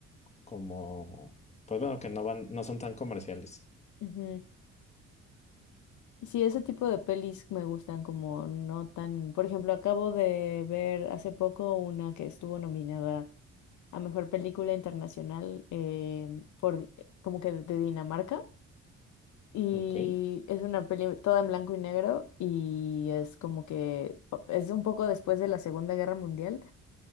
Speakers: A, on the left; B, on the left.
A: como, pues bueno, que no van, no son tan comerciales.
B: Ujú. Sí, ese tipo de pelis me gustan como no tan, por ejemplo, acabo de ver hace poco una que estuvo nominada a Mejor Película Internacional eh, por como que de de Dinamarca. Y
A: Ok,
B: es una peli toda en blanco y negro y es como que pa- es un poco después de la Segunda Guerra Mundial